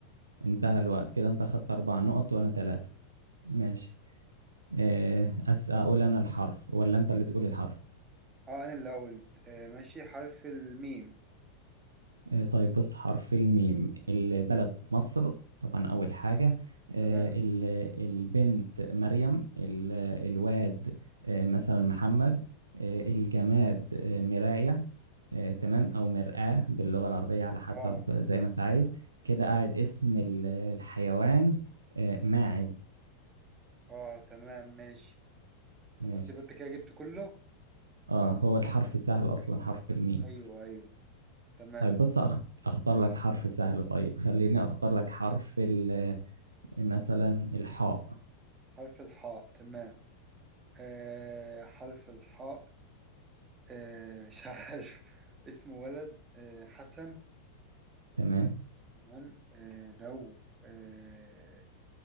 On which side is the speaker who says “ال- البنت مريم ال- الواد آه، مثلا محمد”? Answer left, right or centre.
Right